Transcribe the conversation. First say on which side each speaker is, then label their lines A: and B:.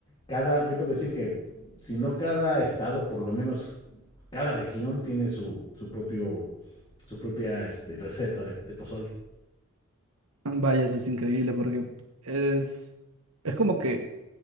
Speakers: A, on the left; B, on the right.
A: Cada, yo puedo decir que, si no cada estado, por lo menos cada región tiene su, su propio, su propia este, receta de, de pozole.
B: Vaya, eso es increíble porque es, es como que